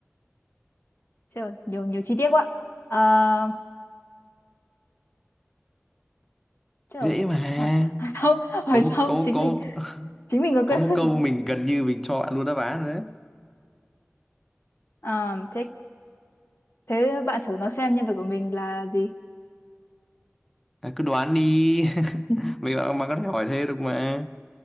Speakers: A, on the left; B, in the centre.
A: Trời, nhiều nhiều chi tiết quá. Uh, trời,
B: Dễ mà.
A: hỏi, <laughs> hỏi xong hỏi
B: có một
A: xong
B: có
A: chính
B: có
A: mình chính mình có
B: có một
A: quên
B: câu
A: mất.
B: mình gần như mình cho bạn luôn đáp án rồi đấy
A: Uh, thế Thế bạn thử nói xem nhân vật của mình là gì?
B: à, cứ đoán đi <laughs>
A: Ừ.
B: mình bạn bạn có thể hỏi thế được mà